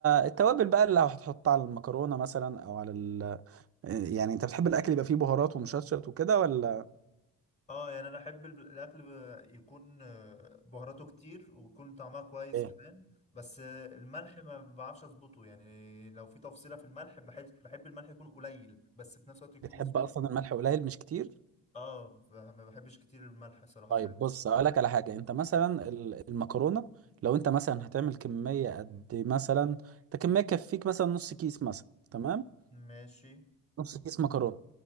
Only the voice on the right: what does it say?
التوابل بقى اللي هتحطها على المكرونه مثلا او على ال... يعني انت بتحب الاكل يبقى فيه بهارات ومشطشط وكده ولا
ايه
بتحب
اصلا الملح قليل مش كتير
طيب
بص اقول لك على حاجه انت مثلا ال- المكرونه لو انت مثلا هتعمل كميه قد مثلا انت كميه تكفيك مثلا نص كيس مثلا تمام
نص كيس مكرونه